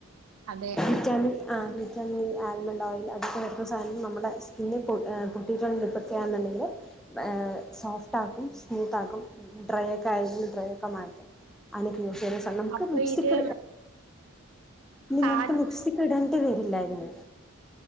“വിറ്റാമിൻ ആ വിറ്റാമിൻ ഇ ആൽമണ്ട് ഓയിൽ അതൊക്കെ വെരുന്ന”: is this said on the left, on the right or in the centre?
Centre